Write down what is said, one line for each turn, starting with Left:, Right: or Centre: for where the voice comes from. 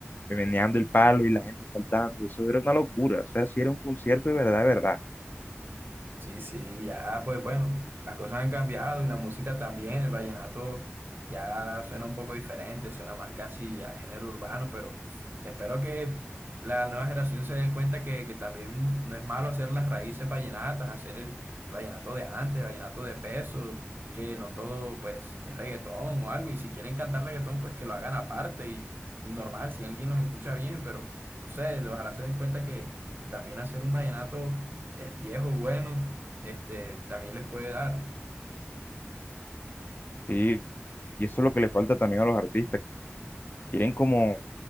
Left: meneando el palo y la gente saltando, eso era una locura, o sea, si era un concierto de verdad, de verdad.
Right: Sí, sí, ya, pues bueno, las cosas han cambiado y la música también, el vallenato ya suena un poco diferente, suena más casi al género urbano, pero espero que la nueva generación se dé cuenta que, que también no es malo hacer las raíces vallenatas, hacer el, el vallenato de antes, el vallenato de peso, que no todo pues es reggaetón o algo, y si quieren cantar reggaetón, pues que lo hagan aparte y, y normal, si alguien los escucha bien, pero no sé, ojalá se den cuenta que, que también hacer un vallenato del viejo bueno, este, también les puede dar.
Left: Sí, y eso es lo que le falta también a los artistas, que quieren como,